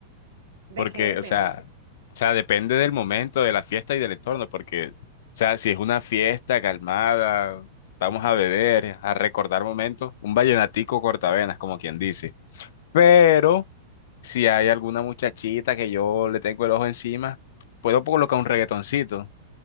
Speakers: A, on the right (about 80°); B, on the left (about 65°).
A: ¿De
B: Porque,
A: qué depende?
B: o sea, o sea, depende del momento, de la fiesta y del entorno, porque, o sea, si es una fiesta calmada, vamos a beber, a recordar momentos, un vallenatico cortavenas, como quien dice. Pero si hay alguna muchachita que yo le tengo el ojo encima, puedo colocar un reggaetoncito,